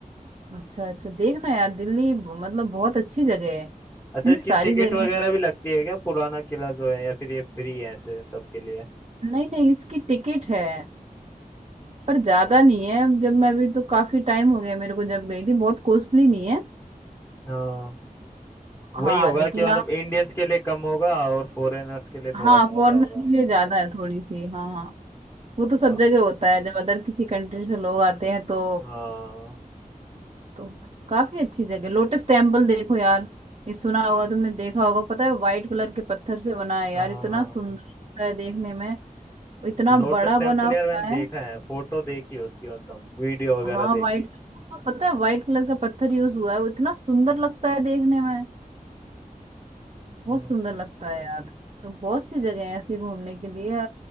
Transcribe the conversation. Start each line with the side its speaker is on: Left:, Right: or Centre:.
Right: अच्छा अच्छा देखना यार दिल्ली ब- मतलब बहुत अच्छी जगह है इतनी
Left: अच्छा इसकी
Right: सारी
Left: टिकट
Right: जगह
Left: वगैरह भी लगती है क्या पुराना किला जो है या फिर ये फ्री है ऐसे सबके लिए
Right: नहीं नहीं इसकी टिकट है पर ज्यादा नहीं है जब मैं भी तो काफी टाइम हो गया मेरे को जब गई थी बहुत कॉस्टली नहीं है
Left: हाँ
Right: हाँ
Left: वही होगा
Right: लेकिन
Left: कि मतलब
Right: आप
Left: इंडियंस के लिए कम होगा और फॉरेनर्स के लिए
Right: हाँ
Left: थोड़ा ज्यादा
Right: फॉरेनर
Left: होगा
Right: के लिए ज्यादा है थोड़ी सी हाँ हाँ वो तो सब
Left: तो
Right: जगह होता है जब अदर किसी कंट्री से लोग आते हैं तो
Left: हाँ
Right: तो काफी अच्छी जगह लोटस टेम्पल देखो यार ये सुना होगा तुमने देखा होगा पता है व्हाइट कलर के पत्थर से बना है यार
Left: हाँ
Right: इतना सुंदर लगता है देखने में इतना
Left: लोटस
Right: बड़ा
Left: टेम्पल
Right: बना हुआ
Left: यार मैंने
Right: है
Left: देखा है फोटो देखी है उसकी मतलब वीडियो वगैरह
Right: हाँ
Left: देखे
Right: व्हाइट हाँ, पता है व्हाइट कलर का पत्थर यूज हुआ है वो इतना सुंदर लगता है देखने में बहुत
Left: हम्म
Right: सुंदर लगता है यार तो बहुत सी जगह है ऐसी घूमने के लिए